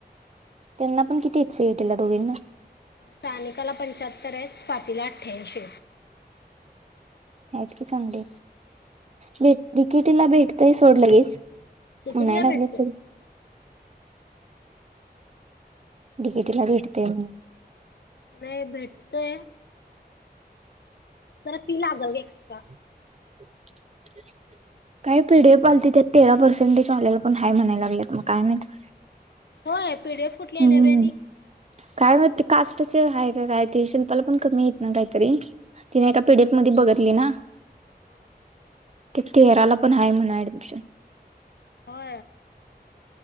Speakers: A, on the right; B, on the left.
A: त्यांना पण किती येत स एटीला दोघेना.
B: सानिकाला पंचाहत्तर आहे, स्वातीला अठ्ठ्याऐंशी आहेत.
A: हतकी चांगली भेट तिकीटीला भेटतंय सोड लगेच.
B: तितीला
A: म्हणायला लागलेच
B: भेटत.
A: डी के टी ला भेटते म
B: नाही भेटतय जरा फी लागल ग एक्स्ट्रा.
A: <inaudible> काही पिढी पालती त्यात तेरा पर्सेंटेज वालेल्या पण हय म्हणायला लागलंत मग काय माहित.
B: होय पीडीएफ कुठली
A: हम्!
B: आल्या बई आणि
A: काय मग ते कास्टाचे आहे का काय ते शिल्पाला पण कमी य ना काहीतरी, तिने एका पीडीएफ मध्ये बघितली ना!
B: हो!
A: तेराला पण आहे म्हण ऍडमिशन.
B: हो!